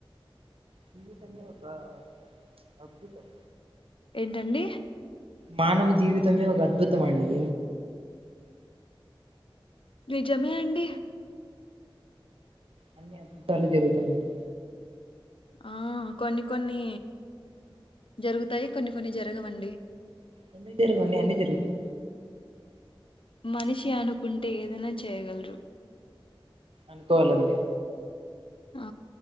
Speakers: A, on the right (about 85°); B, on the left (about 70°).
A: జీవితమే ఒక ప్చ్ అద్భుతం
B: ఏంటండి
A: మానవ జీవితమె ఒక అద్భుతం అండి
B: నిజమే అండి
A: అన్ని అద్భుతాలే జరుగుతాయిలెండి.
B: ఆ కొన్ని కొన్ని జరుగుతాయి. కొన్ని కొన్ని జరగవండి.
A: ఎందుకు జరగవండి అన్నీ జరుగుతాయి.
B: మనిషి అనుకుంటే ఏదైన చేయగలరు.
A: అనుకోవలంతే
B: ఆ